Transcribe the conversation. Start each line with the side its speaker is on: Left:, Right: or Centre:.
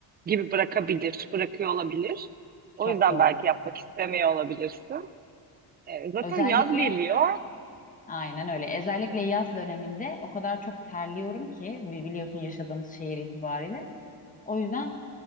Right: gibi bırakabilir, bırakıyor olabilir. O
Left: Çok
Right: yüzden
Left: doğru.
Right: belki yapmak istemiyor olabilirsin. Ee, zaten
Left: Özellikle
Right: yaz geliyor.
Left: aynen öyle. Özellikle yaz döneminde o kadar çok terliyorum ki bi- biliyorsun yaşadığımız şehir itibariyle. O yüzden